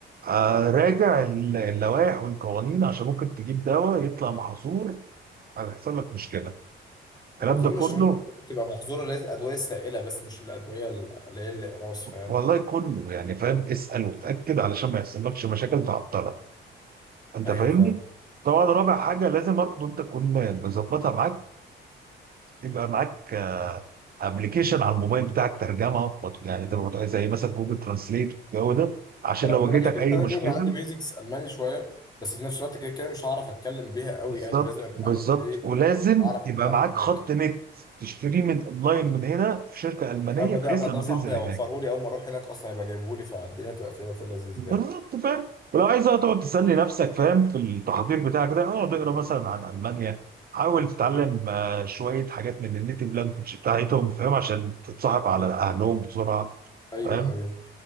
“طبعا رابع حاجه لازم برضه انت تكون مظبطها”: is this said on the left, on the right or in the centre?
Right